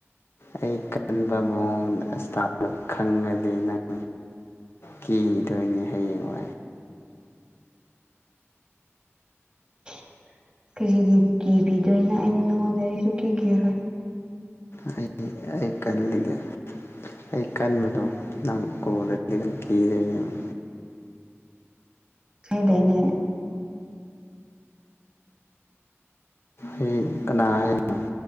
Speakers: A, on the left (about 55°); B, on the right (about 15°).
A: ꯑꯩ ꯈꯟꯕ ꯃꯑꯣꯡꯗ ꯑꯁꯇꯥꯅ ꯈꯪꯉꯗꯤ ꯅꯪ ꯀꯤꯗꯣꯏꯅꯤ ꯍꯌꯦꯡ ꯋꯥꯏ
B: <inaudible> ꯀꯖꯤꯒꯤ ꯀꯤꯕꯤꯗꯣꯏꯅ ꯑꯩꯅ ꯅꯉꯣꯟ ꯂꯩꯔꯁꯨ ꯀꯤ ꯀꯔꯣꯏ
A: ꯑꯩ ꯑꯩ ꯀꯜꯂꯤꯒꯦ ꯑꯩ ꯀꯟꯕꯗꯣ ꯅꯪ ꯀꯣ ꯀꯤꯗꯦꯅꯦꯕ
B: ꯑ ꯈꯥꯏꯗꯏꯅꯦ
A: ꯑꯩ ꯀꯅꯥ ꯍꯥꯏꯅꯣ